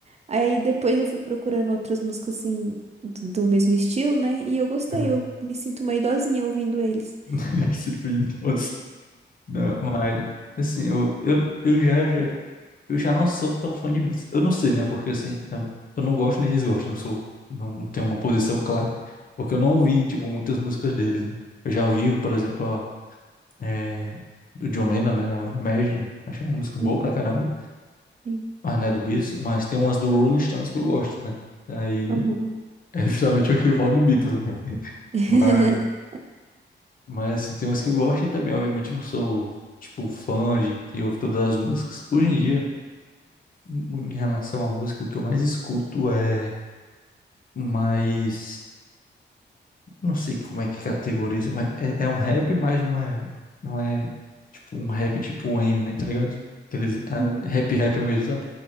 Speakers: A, on the right; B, on the left.
A: Aí depois eu fui procurando outras músicas assim do do mesmo estilo, né? E eu gostei,
B: aham.
A: eu me sinto uma idosinha ouvindo eles.
B: <laughs> Esse Twin Toes. Não, mas, assim, eu, eu, eu já, já Eu já não sou tão fã de Blitz. Eu não sei, né? Porque assim, eu eu não gosto nem desgosto, não sou, não não tenho uma posição clara. Porque eu não ouvi, tipo, muitas músicas deles, né? Eu já ouvi, por exemplo, a, é, do John Lennon, né? a Imagine, achei uma música
A: Uhum,
B: boa pra caramba,
A: Sim.
B: mas não é do Beatles, mas tem umas do Rolling Stones que eu gosto, né? Aí
A: Uhum.
B: é justamente o rival do Beatles, né?
A: <laughs>
B: Mas, mas assim, tem umas que eu gosto e também, obviamente, eu não sou, tipo, fã de que ouve todas as músicas. Hoje em dia, em em relação à música, o que eu mais escuto é mas não sei como é que categoriza, mas é, é um rap, mas não é, não é tipo um rap tipo M, né, tá ligado? Aqueles ah,
A: Uhum,
B: rap rap mesmo, sabe?